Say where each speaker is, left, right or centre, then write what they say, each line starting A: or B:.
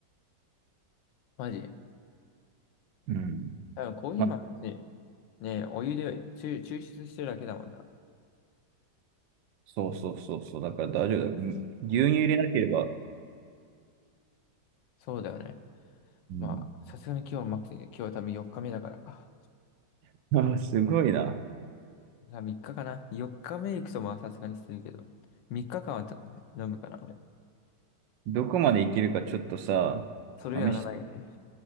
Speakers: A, on the left (about 85°); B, on the right (about 85°).
A: マジ。
B: うん。
A: あコーヒーも別に、
B: ま、
A: ね、お湯で抽抽出してるだけだもんな。
B: そうそうそうそう。だから大丈夫だ。ん牛乳入れなければ。
A: そうだよね。
B: うん。
A: まあ、さすがに今日はマックスに、今日は多分4日目だから。あ、
B: あすごいな。
A: じゃあ3日かかな。4日目行くとまあさすがにしてるけど。3日間はた飲むかな、俺。
B: どこまでいけるかちょっとさ、
A: それやらないよね。
B: 試して。